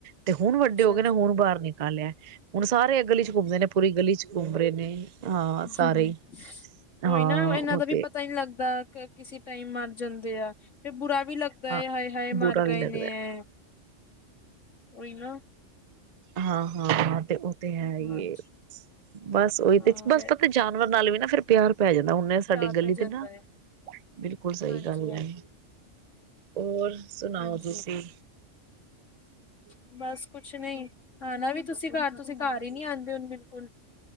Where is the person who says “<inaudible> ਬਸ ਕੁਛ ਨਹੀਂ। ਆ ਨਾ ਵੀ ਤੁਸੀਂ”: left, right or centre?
Left